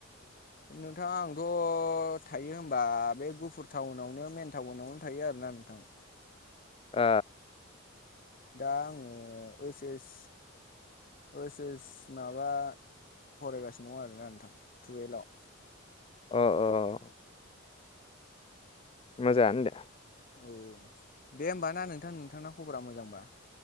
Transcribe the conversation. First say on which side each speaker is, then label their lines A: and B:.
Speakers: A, on the left; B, on the left.
A: <inaudible> नोंथाङा आंथ' थायो होनबा बे गुफुर टाउनावनो मेन टाउनावनो थायो आरो <inaudible>
B: ओ
A: दा आङो ओइस एस ओइस एस माबा फरायगासिनो दं आरोना नोंथां टुवेल्भआव
B: ओ ओ मोजांआनो दे
A: औ दे होमबा ना नोंथां नोंथांना खबरा मोजांबा